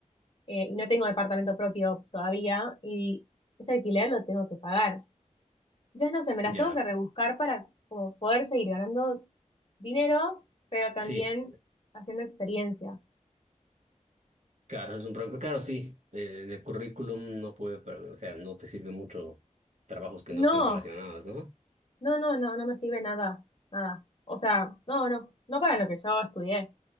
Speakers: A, on the left; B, on the right.
A: eh, y no tengo departamento propio todavía, y ese alquiler lo tengo que pagar. Entonces, no sé, me las
B: Ya,
A: tengo que rebuscar para como poder seguir ganando dinero, pero también
B: sí,
A: haciendo experiencia.
B: claro, es un problema. Claro, sí, eh, el currículum no puede, pero, o sea, no te sirve mucho trabajos que no
A: No,
B: estén relacionados, ¿no?
A: no, no, no, no me sirve nada, nada. O sea, no, no, no para lo que yo estudié.